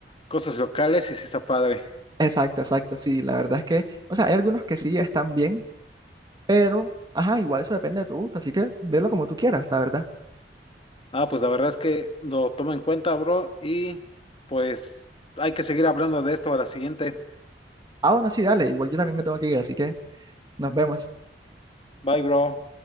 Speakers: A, on the left (about 30°); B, on the right (about 25°).
A: cosas locales y sí está padre.
B: exacto, exacto, sí, la verdad es que, o sea, hay algunos que sí están bien, pero, ajá, igual eso depende de tu gusto, así que verlo como tú quieras, la verdad.
A: Ah, pues la verdad es que lo tomo en cuenta, bro, y pues hay que seguir hablando de esto a la siguiente.
B: Ah, bueno, sí, dale, igual yo también me tengo que ir, así que nos vemos.
A: Bye, bro.